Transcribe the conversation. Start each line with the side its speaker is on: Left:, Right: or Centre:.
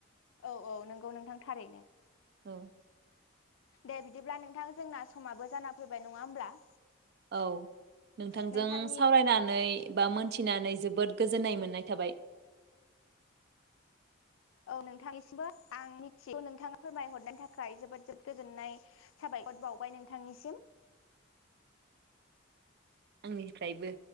Left: औ औ नंगौ नोंथां थारैनो।
Right: औ
Left: दे बिदिब्ला नोंथां जोंना समाबो जाना फैबाय नङा होमब्ला।
Right: औ नोंथांजों
Left: नोंथांनि
Right: सावरायनानै बा मोनथिनानै जोबोद गोजोननाय मोननाय थाबाय।
Left: औ नोंथांनिसिमबो आं मिथिगो नोंथाङा फोरमायहरनाय थाखाय जोबोद जोबोद गोजोननाय थाबाय साबायखर बावबाय नोंथांनिसिम
Right: आंनिफ्रायबो